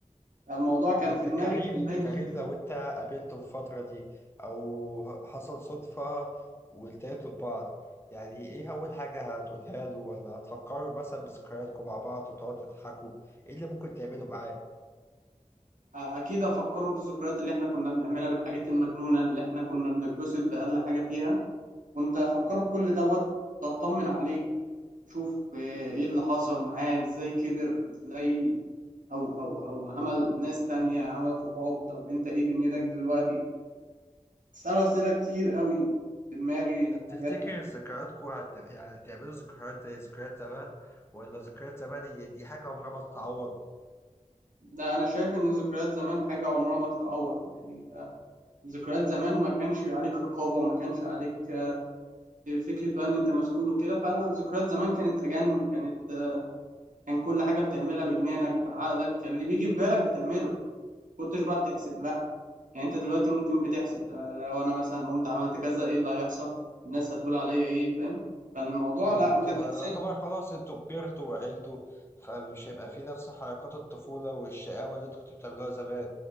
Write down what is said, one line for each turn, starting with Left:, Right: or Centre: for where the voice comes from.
Right: الموضوع كان
Left: طب انت
Right: في دماغي
Left: كريم
Right: في بدايه
Left: كريم
Right: كده
Left: لو انت قابلته في الفترة دي او ه- حصل صدفة والتقيتوا ببعض يعني ايه اول حاجة هتقولها له ولا هتفكروا مثلا بذكرياتكم مع بعض وتقعدوا تضحكوا ايه اللي ممكن تعمله معاه
Right: اكيد افكره بالذكريات اللي احنا كنا بنعملها بالحاجات المجنونه اللي احنا كنا بنتبسط باقل حاجه فيها وانت افكره بكل دوت تطمن عليه تشوف ايه اللي حصل معاه ازاي كبر ازاي او او او عمل ناس تانية عمل صحاب طب انت ايه دنيتك دلوقتي اساله اسئله كتير قوي في دماغي
Left: طب تفتكر
Right: حاجات
Left: ذكرياتكم هت... يعني هتعملوا ذكريات زي ذكريات زمان ولا ذكريات زمان هي دي حاجة عمرها ما تتعوض
Right: ده انا شايف ان ذكريات زمان حاجه عمرها ما تتعوض يعني انت ذكريات زمان ما كانش عليك رقابة ما كانش عليك فكرة بقى إن أنت مسؤول وكده فأنا ذكريات زمان كانت أجن كانت كان كل حاجة بتعملها بجنانك بعقلك كان اللي بيجي في بالك بتعمله كنتش بقى بتحسب لها يعني أنت دلوقتي ممكن بتحسب لو أنا مثلا قمت عملت كذا إيه اللي هيحصل الناس هتقول عليا إيه فاهم فالموضوع
Left: يعني
Right: لا
Left: انتوا
Right: أنت بتحسب
Left: يعتبر خلاص انتوا كبرتوا وعقلتوا فمش هيبقى في نفس حركات الطفولة والشقاوة اللي انتوا كنتوا بتعملوها زمان